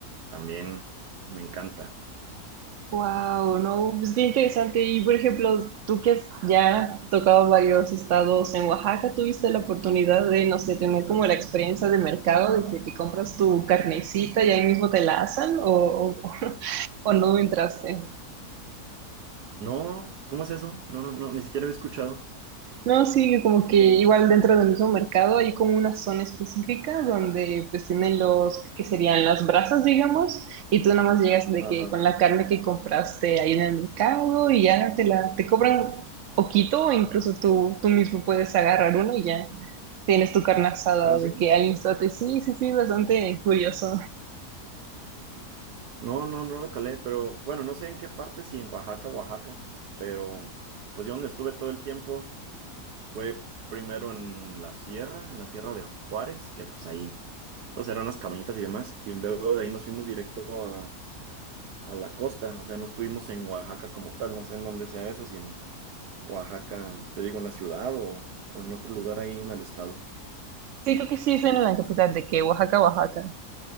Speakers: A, on the right (about 90°); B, on the right (about 65°).
A: También me encanta.
B: Wow, no, pues qué interesante. Y por ejemplo, tú que has ya tocado varios estados en Oaxaca, ¿tuviste la oportunidad de, no sé, tener como la experiencia de mercado, de que te compras tu carnecita y ahí mismo te la asan o, o, o no entraste?
A: No, ¿cómo es eso? No, no, no, ni siquiera había escuchado.
B: No, sí, como que igual dentro del mismo mercado hay como una zona específica donde pues tienen los que serían las brasas, digamos, y tú nada más llegas de
A: Ajá.
B: que con la carne que compraste ahí en el mercado y ya te la te cobran poquito, o incluso tú tú mismo puedes agarrar uno y ya tienes tu carne asada
A: ¿Ah, sí?
B: de que al instante. Sí, sí, sí, bastante curioso.
A: No, no, no lo calé, pero bueno, no sé en qué parte, si en Oaxaca, Oaxaca, pero pues yo donde estuve todo el tiempo fue primero en la sierra, en la sierra de Juárez, que pues ahí pues eran unas cabañitas y demás, y luego de ahí nos fuimos directo a la costa, o sea, no estuvimos en Oaxaca como tal, no sé en dónde sea eso, si en Oaxaca, te digo, en la ciudad o, o en otro lugar ahí en el estado.
B: Sí, creo que sí es en la capital de que Oaxaca, Oaxaca.